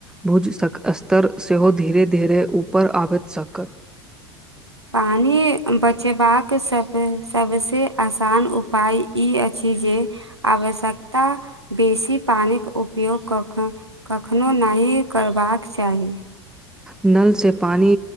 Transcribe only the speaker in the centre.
भुज थक स्तर सेहो धीरे धीरे ऊपर आबैत सक
नल से पानी